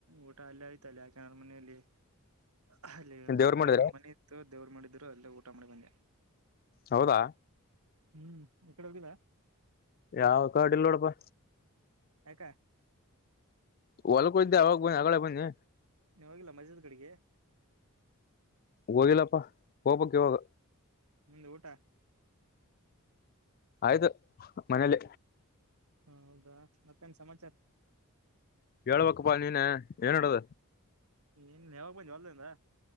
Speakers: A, on the right; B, on the left.
A: ಊಟ ಅಲ್ಲ ಆಐ್ತಲ್ಲ ಯಾಕೆನ್ರ ಮನೆಯಲ್ಲಿ ಅಲ್ಲಿ
B: ನೀನ್
A: ನಮ್
B: ದೇವ್ರ ಮಾಡಿದ್ರ
A: ಫಂಡ್ ಮನ ಇತ್ತು ದೇವರು ಮಾಡಿದ್ರು ಅಲ್ಲ ಊಟ ಮಾಡಿ ಬಂದೆ
B: ಹೌದಾ
A: ಹ್ಮ್ ಇಕಡೆ ಹೋಗಿದ
B: ಯಾವ ಕಾರ್ಡ್ ಇಲ್ ನೋಡಪ
A: ಹಕ
B: ಹೊಲ್ಕೊ ಇದ್ದೆ ಅವಾಗ ಬನ್ನಿ ಆಗಡೆೇ ಬನ್ನಿ
A: ನೀ ಹೋಗಿಲ್ಲ ಮಜಜದ್ ಕಡೆಗೆ
B: ಹೋಗಿಲ್ಲಪ್ಪ ಹೋಗಬಕ್ ಇವಾಗ
A: ನಿಮ್ದು ಊಟ
B: ಆಯ್ತು ಮನೇಲಿ
A: ಹಾ ಹೌದಾ ಮತ್ತೇನ್ ಸಮಾಚಾರ
B: ಹೇಳ್ಬೇಕಪ್ಪಾ ನೀನ ಏನ್ಡದು
A: ಇನ್ ಯಾವಾಗ ಬನ್ನಿ ಹೊಲ್ದಿಂದ